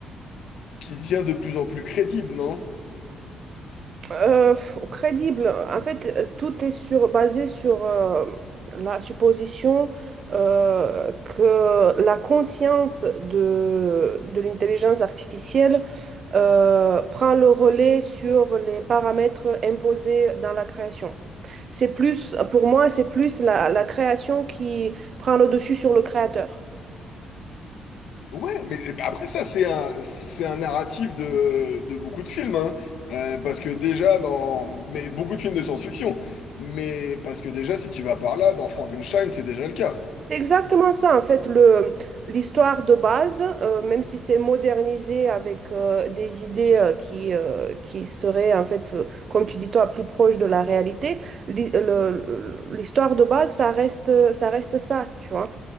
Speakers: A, on the left; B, on the right.
A: qui devient de plus en plus crédible, non?
B: Euh, crédible. En fait, euh, tout est sur, basé sur euh, la supposition euh, que la conscience de, de l'intelligence artificielle euh, prend le relais sur les paramètres imposés dans la création. C'est plus, pour moi, c'est plus la, la création qui prend le dessus sur le créateur.
A: Ouais, mais après ça, c'est un, c'est un narratif de, de beaucoup de films, hein. Euh, parce que déjà dans... Mais beaucoup de films de science-fiction. Mais parce que déjà, si tu vas par là, dans Frankenstein, c'est déjà le cas.
B: C'est exactement ça, en fait, le, l'histoire de base, euh, même si c'est modernisé avec euh, des idées euh, qui, euh, qui seraient, en fait, euh, comme tu dis toi, plus proches de la réalité, l'hi- le- le- l'histoire de base, ça reste, ça reste ça, tu vois.